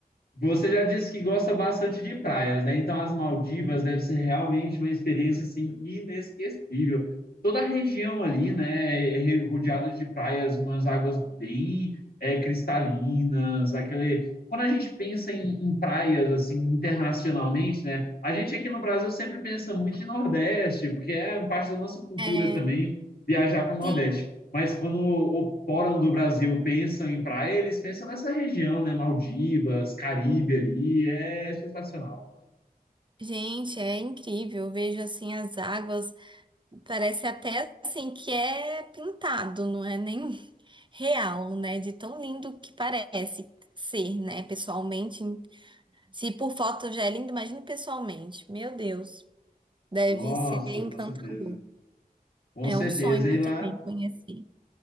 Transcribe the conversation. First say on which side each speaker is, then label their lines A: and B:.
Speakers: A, on the left; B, on the right.
A: Você já disse que gosta bastante de praias, né? Então as Maldivas deve ser realmente uma experiência assim inesquecível. Toda a região ali, né, é re- rodeada de praias, umas águas bem é, cristalinas, aquele. Quando a gente pensa em, em praias assim internacionalmente, né? A gente aqui no Brasil sempre pensa muito em Nordeste, porque é parte da nossa cultura
B: É,
A: também viajar para o Nordeste.
B: sim.
A: Mas quando o Fórum do Brasil pensam em praia, eles pensam nessa região, né? Maldivas, Caribe ali, é sensacional.
B: Gente, é incrível. Eu vejo assim as águas, parece até assim que é pintado, não é nem <laughs> real, né? De tão lindo que parece ser, né? Pessoalmente Se por foto já é lindo, imagine pessoalmente. Meu Deus, deve
A: Nossa,
B: ser encantador.
A: com certeza. Com
B: É
A: certeza.
B: um sonho
A: E lá,
B: também conhecer.